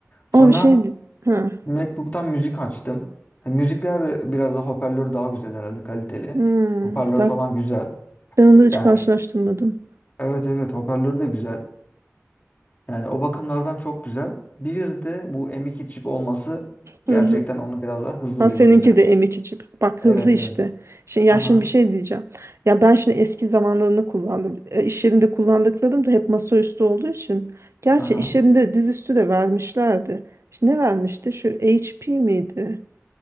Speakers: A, on the left; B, on the right.
A: Sonra
B: Ama bir şey. Ha.
A: MacBook'tan müzik açtım. E, müzikler de biraz daha hoparlör daha güzel herhalde kaliteli.
B: Hı.
A: Hoparlör
B: Bak
A: falan güzel.
B: ben onu hiç
A: Yani
B: karşılaştırmadım.
A: evet evet hoparlör de güzel. Yani o bakımlardan çok güzel. Bir de bu M2 çip olması
B: Hı
A: gerçekten
B: hı.
A: onu biraz daha hızlı
B: Ha,
A: bir
B: seninki
A: bilgisayar yapıyor.
B: de M2 çip. Bak
A: Evet
B: hızlı işte.
A: evet.
B: Şey, ya
A: Aha
B: şimdi bir şey diyeceğim. Ya ben şimdi eski zamanlarını kullandım. E, İş yerinde kullandıklarım da hep masaüstü olduğu için. Gerçi
A: aha.
B: iş yerinde dizüstü de vermişlerdi. İşte ne vermişti? Şu HP miydi?